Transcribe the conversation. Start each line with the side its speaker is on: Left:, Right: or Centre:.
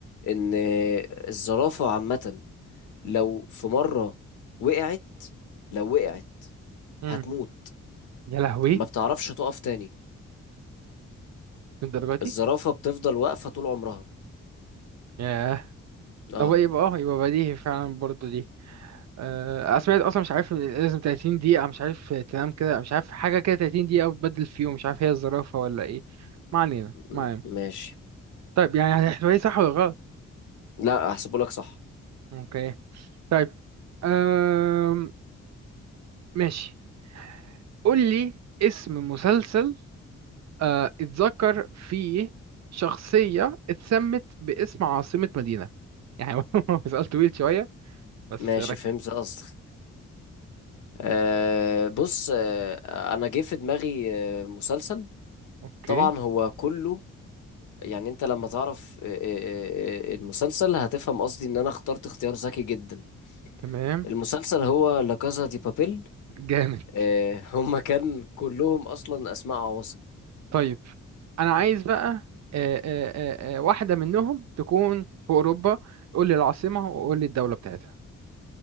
Left: إن الزرافة عامة لو في مرة وقعت لو وقعت
Right: امم
Left: هتموت
Right: يا لهوي
Left: ما بتعرفش تقف تاني
Right: الدرجة دي
Left: الزرافة بتفضل واقفة طول عمرها
Right: ياه
Left: اه
Right: طب يبقى اه يبقى بديهي فعلا برضو دي آه، سمعت اصلا مش عارف لازم 30 دقيقة مش عارف تنام كده مش عارف حاجة كده 30 دقيقة وتبدل في يوم مش عارف هي الزرافة ولا ايه ما علينا
Left: م-
Right: ما علينا
Left: ماشي
Right: طيب يعني احتمالية صح ولا غلط
Left: لا هحسبهولك صح
Right: اوكي طيب أم... ماشي قول لي اسم مسلسل أه... اتذكر فيه شخصية اتسمت باسم عاصمة مدينة يعني <laughs> هو سؤال طويل شوية بس
Left: ماشي
Right: رك...
Left: فهمت قصدك آه بص آه انا جه في دماغي آه مسلسل
Right: اوكي
Left: طبعا هو كله يعني انت لما تعرف آه، آه، آه، المسلسل هتفهم قصدي ان انا اخترت اختيار ذكي جدا
Right: تمام
Left: المسلسل هو لا كازا دي بابيل
Right: جامد
Left: آه هما كان كلهم اصلا اسماء عواصم
Right: طيب انا عايز بقى آه، آه، آه، آه، واحده منهم تكون في اوروبا قول لي العاصمه وقول لي الدوله بتاعتها